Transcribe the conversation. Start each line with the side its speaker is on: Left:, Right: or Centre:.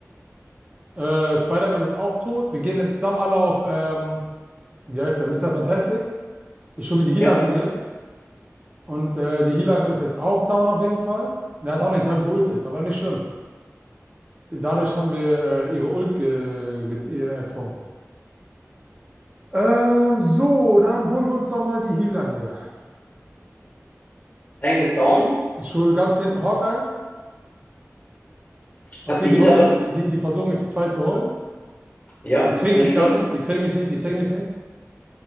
Right: Äh, Spider-Man ist auch tot. Wir gehen jetzt zusammen alle auf, ähm, wie heißt der? Mister Fantastic. Ich hole mir die Healerin
Left: Ja.
Right: hier. Und äh, die Healerin ist jetzt auch down auf jeden Fall. Er hat auch nicht, die haben geultet, aber nicht schlimm. Dadurch haben wir äh, ihre Ult ge ge ihr erzwungen. Ähm, so, dann holen wir uns doch mal die Healer hier.
Left: Tank ist down.
Right: Ich hole ganz hinten Hawkeye.
Left: Ich
Right: Okay,
Left: habe die
Right: die
Left: Healerin.
Right: holen mich, die, die versuchen mich zu zweit zu holen.
Left: Ja,
Right: Die kriegen
Left: ist nicht
Right: mich
Left: schlimm.
Right: gar nicht, die kriegen mich nicht, die kriegen mich nicht.